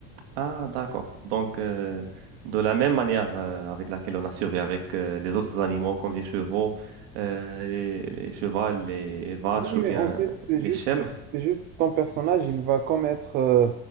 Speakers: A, on the right (about 80°); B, on the right (about 30°).
A: Ah, d'accord. Donc, euh, de la même manière euh, avec laquelle on a survécu avec euh, les autres animaux comme les chevaux, euh, les, les chevaux, les vaches
B: Oui, mais
A: ou bien
B: en fait, c'est
A: les
B: juste,
A: chèvres.
B: c'est juste ton personnage, il va comme être euh,